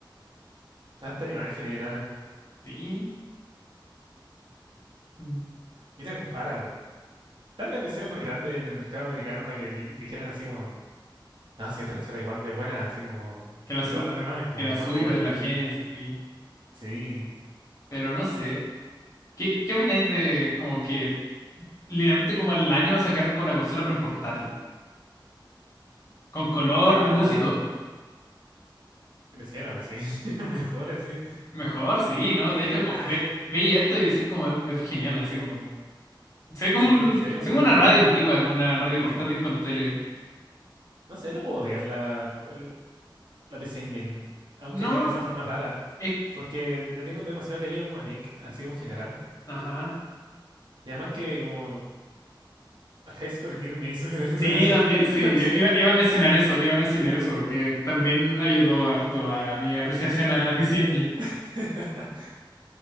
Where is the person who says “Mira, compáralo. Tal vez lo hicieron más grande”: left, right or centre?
Right